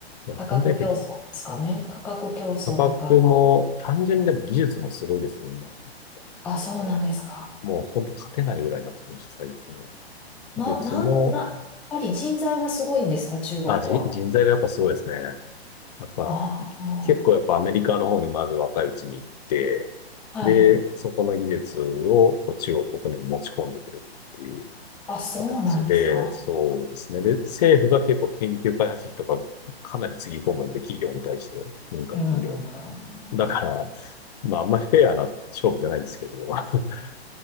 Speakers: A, on the left (about 40°); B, in the centre.
A: や、
B: 価格競争ですかね。
A: 本当やっぱり、
B: 価格競争とか。
A: 価格も、単純にでも技術もすごいですね、今。
B: あ、そうなんですか。
A: もう、もう本当勝てないぐらいになってきました、最近は。
B: な、
A: 技術も、
B: なん、な、やっぱり人材がすごいんですか、中国は。
A: あ、人人材がやっぱすごいですね。やっぱ、
B: ああ、
A: き結構やっぱアメリカの方にまず若いうちに行って、
B: うんはい。
A: で、そこの技術をこう中国国内に持ち込んでくるっていう
B: あ、そうなんですか。
A: 形で、そうですね。で、政府が結構研究開発費とかかなりつぎ込むんで、企業に対して、民間企業に。
B: うん。あ
A: だから、まああんまりフェアな勝負じゃないんですけど、<laughs>